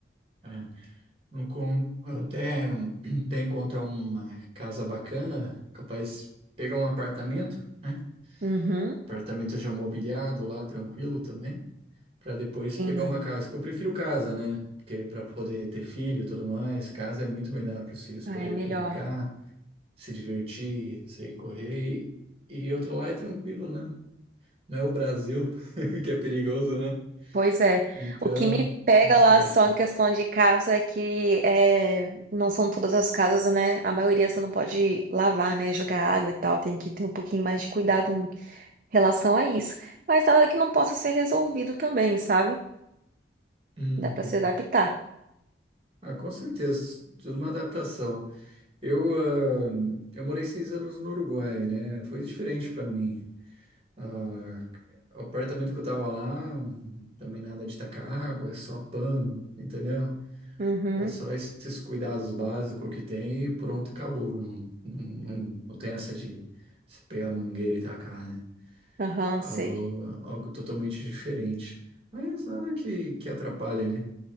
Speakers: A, on the right; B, on the right.
A: é. No con- Até <clears throat> até encontrar uma casa bacana, capaz de pegar um apartamento, né?
B: Uhum.
A: Apartamento já mobiliado lá, tranquilo também, para depois
B: Sim.
A: pegar uma casa. Que eu prefiro casa, né? Porque para poder ter filho e tudo mais, casa é muito melhor para os filhos
B: Ah,
A: poder
B: é melhor.
A: brincar, se divertir, sair correr. E, e outro lá é tranquilo, né? Não é o Brasil <laughs> que é perigoso, né?
B: Pois é.
A: Então,
B: O que me pega
A: esse
B: lá
A: gado.
B: só em questão de casa é que é, não são todas as casas, né? A maioria você não pode lavar, né? Jogar água e tal. Tem que ter um pouquinho mais de cuidado em relação a isso. Mas nada que não possa ser resolvido também, sabe?
A: Uhum.
B: Dá pra se adaptar.
A: Ah, com certeza, tudo uma adaptação. Eu, ah, eu morei seis anos no Uruguai, né? Foi diferente para mim. Ah, o apartamento que eu tava lá, também nada de tacar água, é só pano, entendeu?
B: Uhum.
A: É só esses cuidados básicos que tem e pronto, acabou. Não, não, não tem essa de se pegar a mangueira e tacar, né?
B: Aham,
A: Algo,
B: sei.
A: algo totalmente diferente. Mas nada que, que atrapalhe, né?